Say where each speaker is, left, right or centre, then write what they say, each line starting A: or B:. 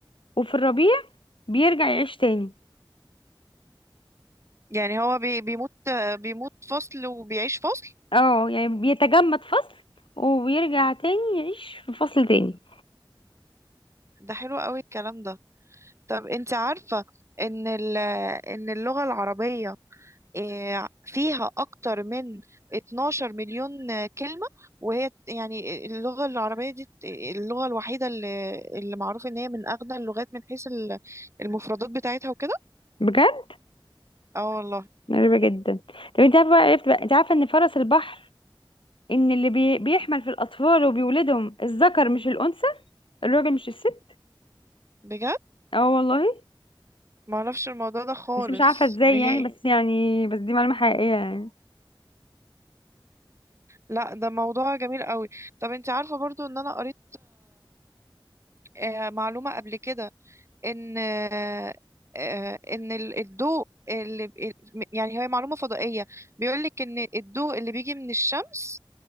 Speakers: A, on the left (about 80°); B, on the right (about 35°).
A: وفي الربيع بيرجع يعيش تاني
B: يعني هو بي بيموت بيموت فصل وبيعيش فصل
A: اه يعني بيتجمد فصل وبيرجع تاني يعيش في فصل تاني
B: ده حلو قوي الكلام ده طب انت عارفة ان ال- ان اللغة العربية آه، فيها اكتر من 12 مليون كلمة وهي يعني اللغة العربية دي اللغة الوحيدة اللي اللي معروف ان هي من اغنى اللغات من حيث ال- المفردات بتاعتها وكده
A: بجد
B: اه والله
A: غريبة جدا طب انت عارفة عرفت بقى انت عارفة ان فرس البحر ان اللي بي... بيحمل في الاطفال وبيولدهم الذكر مش الانثى الراجل مش الست
B: بجد
A: اه والله
B: ما اعرفش الموضوع ده خالص
A: بس مش عارفة ازاي
B: نهائي
A: يعني بس يعني بس دي معلومة حقيقية يعني
B: لا ده موضوع جميل قوي طب انت عارفة برضو ان انا قريت آه، معلومة قبل كده ان آه، آه، ان ال- الضوء اللي ب- ال- يعني هي معلومة فضائية بيقولك ان الضوء اللي بيجي من الشمس